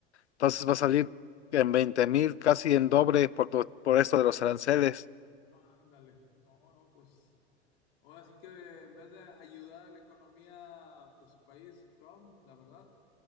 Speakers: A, on the left; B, on the left.
A: Entonces va a salir en veinte mil, casi en doble por, to- por esto de los aranceles.
B: Ándale. No, no, pues. Ahora sí que en vez de ayudar a la economía de su país, Trump, la verdad,